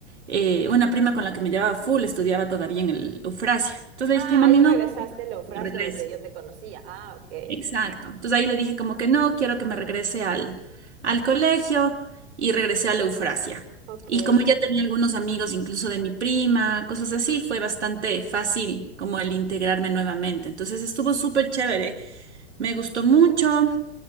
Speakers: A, on the right; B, on the right.
A: eh, una prima con la que me llevaba full estudiaba todavía en el Eufrasia. Entonces
B: Ah,
A: le dije, mami,
B: ahí regresaste
A: no,
B: a la frase
A: me regrese.
B: donde yo te conocía. Ah, ok.
A: Exacto. Entonces ahí le dije como que no, quiero que me regrese al, al colegio y regresé a la Eufrasia.
B: Ok.
A: Y como ya tenía algunos amigos, incluso de mi prima, cosas así, fue bastante fácil como el integrarme nuevamente. Entonces estuvo súper chévere, me gustó mucho.